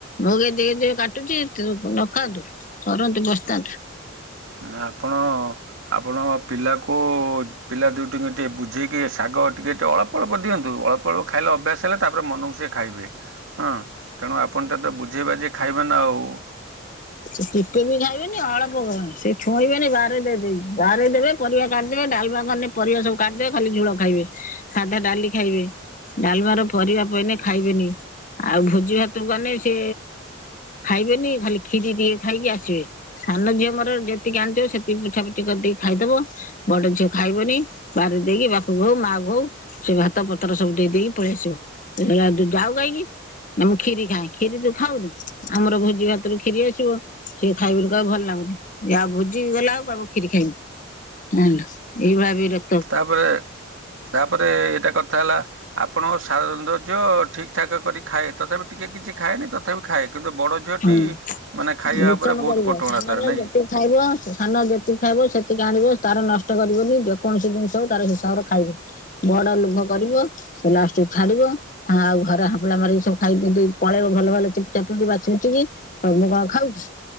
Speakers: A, on the left; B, on the right.
A: ମୋ ଗେଜେ ଗେଜେ କାଟୁଛି ନ ଖାଆନ୍ତୁ। କରନ୍ତୁ ବସିଥାନ୍ତୁ।
B: ନା ଆପଣ। ଆପଣ ପିଲାକୁ ପିଲା ଦୁଇଟିିକୁ ଟିକେ ବୁଝେଇକି ଶାଗ ଟିକେ ଟିକେଏ ଅଳପ୍ ଅଳ୍ପ ଦିଅନ୍ତୁ ଅଳ୍ପ ଅଳ୍ପ ଖାଇଲେ ଅଭ୍ୟାସ ହେଲେ ତା ପରେ ମନକୁ ସିଏ ଖାଇବେ, ହଁ। ତେଣୁ ଆପଣ ତାକୁ ବୁଝେଇ ବାଝେଇ ଖୁଆଇବେ ନାଁ ଆଉ।
A: ଟିକେ ବି ଖାଇବେନି ଅଳ୍ପ କଣ ସେ ଛୁଇଁବେନି ବାହାରେ ବାହାରେ ଦେବେ। ପରିବା କାଢିଦେବେ ଡାଲମା କନେ ପରିବା ସବୁ କାଢିଦେବେ ଖାଲି ଝୁଳ ଖାଇବେ, ସାଧା ଡାଲି ଖାଇବେ। ଡାଲମାର ପରିବା ପଇଲେ ଖାଇବେନି ଆଉ ଭୋଜି ଭାତକୁ ଗଲେ ସେ ଖାଇବେନି ଖାଲି ଖୀରି ଟିକେ ଖାଇକି ଆସିବେ। ସାନ ଝିଅ ମୋର ଯେତିକି ଆଣିଥିବ ସେତିକି ପୋଛାପୁଛି କରିଦେଇକି ଖାଇଦବ। ବଡ ଝିଅ ଖାଇବନି ବାରରେ ଦେଇକି ବାପା ହଉ ମା କୁ ହୋଉ। ସେ ଭାତ ପତ୍ର ସବୁ ଦେଇ ଦେଇେଇକି ପଳେଇଆସିବ ଯାଉ କାହିଁକି। ନାଁ ମୁଁ ଖୀରି ଖାଏ, ଖୀରି ତୁ ଖାଉ ଆମର ଭୋଜି ଭାତରୁ କ୍ଷୀରି ଆସିବ ସିଏ ଖାଇବ କହିବ ଭଲ ଲାଗୁନି ଯଉଁ ଭୋଜିିକି ଗଲା ଆଉ ଖୀରୀ ଖାଇବି। ହେଲା ଏଇ ଭଳି ବିର
B: ତାପରେ ତାପରେ ଏଇଟା କଥା ହେଲା। ଆପଣ ସାନ ଝିଅ ଠିକ୍ ଠାକ୍ କରି ଖାଏ ତଥାପି ଟିକେ କିଛି ଖାଏନି ତଥାପି ଖାଏ କିନ୍ତୁ ବଡ଼ ଝିଅଟି
A: ହୁଁ
B: ମାନେ ଖାଇବା
A: ମିଶନ
B: ଉପରେ ବୋହୁତ୍
A: କରିବ
B: କଟକଣା
A: ସାନର
B: ତା ନାକି।
A: ଯେତିକି ଖାଇବ ସାନ ଯେତିକି ଖାଇବ ସେତିକି ଆଣିବ ତାର ନଷ୍ଟ କରିବନି ଯେକୌଣସି ଜିନିଷ ହବ ତାର ହିସାବରେ ଖାଇବ। ବଡ ଲୁଭ କରିବ। ଲାଷ୍ଟ୍ କୁ ଛାଡିବ ହଁ ଆଉ ଘରେ ହାପୁଲା ମାରିକି ସବୁ ଖାଇ ପଳେଇବ ଭଲ ଭଲ ଚୁପ ଚାପିକି ବାଛିବି ଆଉ ମୁଁ କଣ ଖାଉଛି